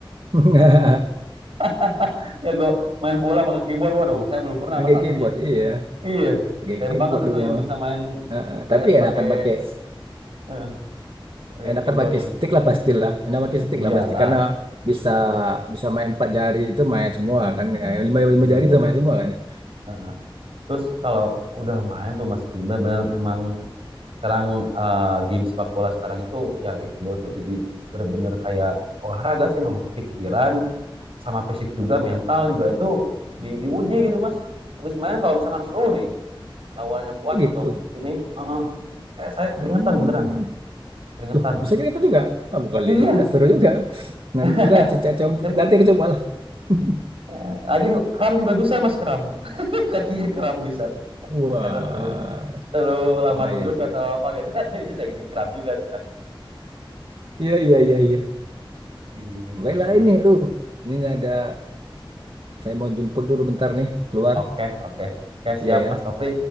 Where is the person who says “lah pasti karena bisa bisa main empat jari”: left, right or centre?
Right